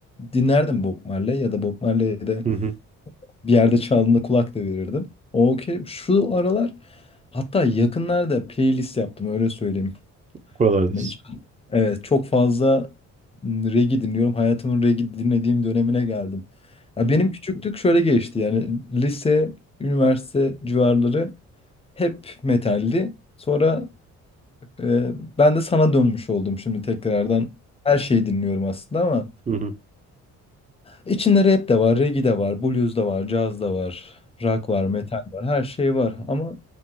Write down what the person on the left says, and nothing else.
dinlerdim Bob Marley ya da Bob Marley'de
Bir yerde çaldığında kulak da verirdim. Okey. Şu aralar hatta yakınlarda playlist yaptım öyle söyleyeyim.
Hani hiç- evet çok fazla m, reggae dinliyorum. Hayatımın reggae dinlediğim dönemine geldim. Ya benim küçüklük şöyle geçti. Yani lise, üniversite civarları hep metaldi. Sonra e, ben de sana dönmüş oldum şimdi tekrardan. Her şeyi dinliyorum aslında ama
İçinde rap de var, reggae de var, blues da var, caz da var, rock var, metal var, her şey var ama